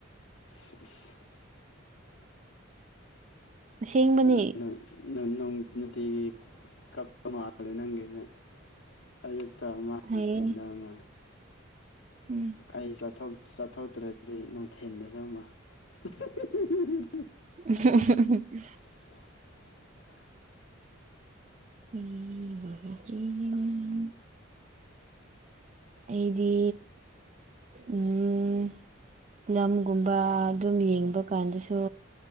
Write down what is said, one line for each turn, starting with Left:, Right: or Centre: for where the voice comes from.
Left: <unintelligible>
Right: ꯑꯁꯦꯡꯕꯅꯦ
Left: ꯑꯗꯨꯅ ꯅꯪ ꯅꯪ ꯅꯨꯡꯇꯤꯒꯤ ꯀꯞꯄ ꯃꯥꯜꯂꯦ ꯅꯪꯒꯤꯁꯦ ꯑꯌꯨꯛꯇ ꯑꯃ ꯅꯨꯡꯊꯤꯟꯗ
Right: ꯍꯥꯏꯌꯦ
Left: ꯑꯃ꯫
Right: ꯎꯝ꯫
Left: ꯑꯩ ꯆꯠꯊꯣꯛ ꯆꯠꯊꯣꯛꯇ꯭ꯔꯗꯤ ꯅꯨꯡꯊꯤꯟꯗꯁꯨ ꯑꯃ <unintelligible>
Right: <unintelligible>
Left: <inaudible>
Right: <unintelligible> ꯑꯩꯗꯤ ꯎꯝ꯫ ꯂꯝꯒꯨꯝꯕ ꯑꯗꯨꯝ ꯌꯦꯡꯕ ꯀꯥꯟꯗꯁꯨ꯫